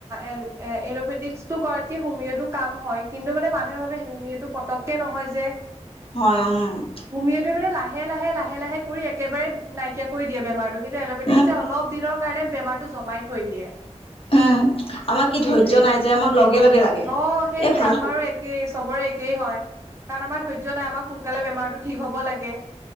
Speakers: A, on the right; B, on the left.
A: এল এ এলোপেটিকস টো কৰাতকে হোমিঅ কাম হয় কিন্তু মানে মানুহে ভাবে হুমিয় এইটো পতককে নহয় যে।
B: অম
A: হুমিয়টে মানে লাহে লাহে লাহে লাহে কৰি একেবাৰে নাইকিয়া কৰি দিয়ে বেমাৰটো কিন্তু এল'বেটিকছে
B: উম
A: অলপ দিনৰ কাৰণে বেমাৰটো জমাই থৈ দিয়ে।
B: উম আমাৰ কি
A: সেইটোৱে
B: ধৈৰ্য্য নাই যে আমাক লগে লগে লাগে
A: অ সেইটোয়ে
B: এই ভাল
A: আমাৰো একেই চবৰে এক- একেই হয় কাৰণ আমাৰ ধৈৰ্য নাই আমাক সোনকালে বেমাৰটো ঠিক হ'ব লাগে।